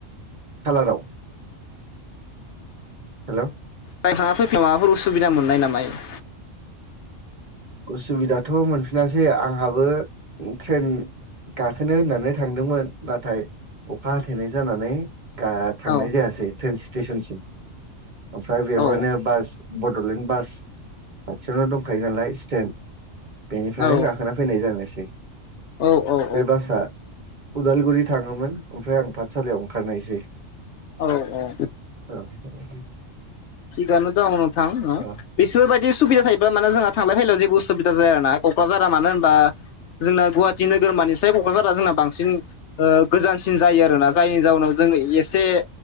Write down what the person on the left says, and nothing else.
फाङा फैलाव माबाफोर उसुबिदा मोननाय नामा याव
औ
औ
औ
औ औ
औ औ
थिगानो दां नोंथां अ-
बिसोरबायदि सुबिदा थायोब्ला माने जोंहा थांलाय फैलायाव जेबो उसुबिद जायाना कक्राझारा मानो होनबा। जोंना गुवाहाटि नोगोरमानानिसाय कक्राझारा जोंना बांसिन। ओ-गोजानसिन जायो आरोना जायनि जाउनाव जोंङ एसे